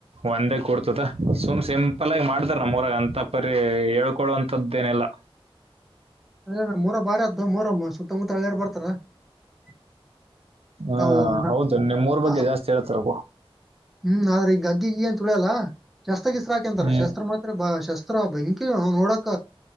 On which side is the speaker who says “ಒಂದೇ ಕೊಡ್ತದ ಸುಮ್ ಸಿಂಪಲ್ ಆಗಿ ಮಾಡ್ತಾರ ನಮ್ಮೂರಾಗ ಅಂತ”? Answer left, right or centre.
Right